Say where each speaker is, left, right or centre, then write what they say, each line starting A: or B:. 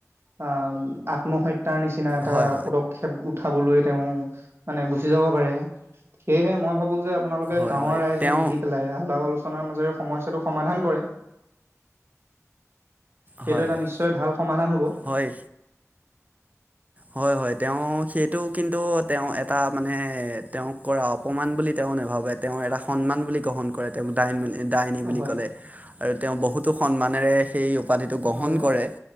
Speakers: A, on the right (about 50°); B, on the right (about 30°).
A: আহ আত্মহত্যা তাৰ নিচিনা এটা
B: হয় হয় হয়
A: পদক্ষেপ উঠাবলৈ তেওঁ মানে গুচি যাব পাৰে সেয়েহে মই ভাবো যে আপোনালোকে
B: হয়
A: গাঁৱৰ
B: হয়
A: ৰাইজে
B: তেওঁ
A: মিলি পেলাই আলাপ আলোচনা মাজেৰে সমস্যাটো সমাধান কৰে। সেইটো
B: হয়
A: এটা
B: হয়
A: নিশ্চয় ভাল সমাধান হ'ব।
B: হয় হয় হয় তেওঁ সেইটো কিন্তু তেওঁ এটা মানে তেওঁক কৰা অপমান বুলি তেওঁ তেওঁ নাভাবে তেওঁ এটা সন্মান বুলি গ্ৰহণ কৰে। ডন ডাইন বুলি
A: হয়
B: কলে আৰু তেওঁ বহুতো সন্মানেৰে সেই উপাধিটো গ্ৰহণ
A: হয়
B: কৰে